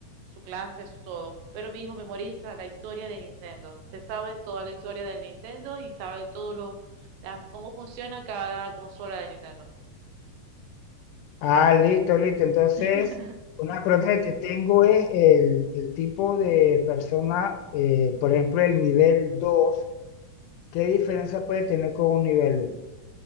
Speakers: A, on the right; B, on the left.
A: su clase, su todo. Pero mi hijo memoriza la historia de Nintendo. Se sabe toda la historia del Nintendo y sabe todo lo, la- cómo funciona cada consola de Nintendo.
B: Ah, listo, listo. Entonces,
A: <laughs>
B: una pregunta que te tengo es el, el tipo de persona, eh, por ejemplo, el nivel 2, ¿qué diferencia puede tener con un nivel uno?